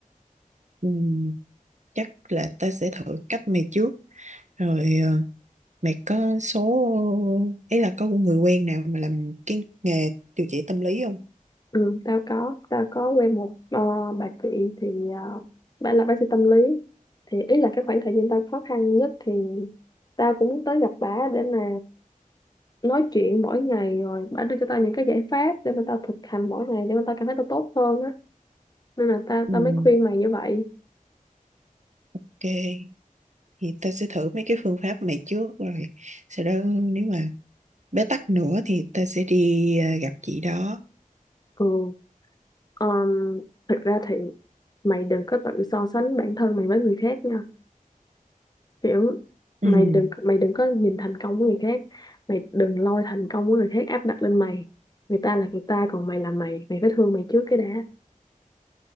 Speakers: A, on the right; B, on the left.
A: ừ chắc là ta sẽ thử cách mày trước rồi ờ, mày có số ấy là có người quen nào mà làm cái nghề điều trị tâm lý không
B: ừ, tao có tao có quen một ờ, bà chị thì uh, bà là bác sĩ tâm lý thì ý là cái khoảng thời gian tao khó khăn nhất thì tao cũng muốn tới gặp bà để mà nói chuyện mỗi ngày rồi bà đưa cho tao những cái giải pháp để mà tao thực hành mỗi ngày để mà tao cảm thấy tao tốt hơn á nên là tao
A: ừ,
B: tao mới khuyên mày như vậy
A: ok thì ta sẽ thử mấy cái phương pháp mày trước rồi sau đó nếu mà bế tắc nữa thì ta sẽ đi ờ, gặp chị đó
B: ừ um, thực ra thì mày đừng có tự so sánh bản thân mày với người khác nha kiểu
A: ừ,
B: mày đừng mày đừng có nhìn thành công của người khác mày đừng lôi thành công của người khác áp đặt lên mày người ta là người ta còn mày là mày mày phải thương mày trước cái đã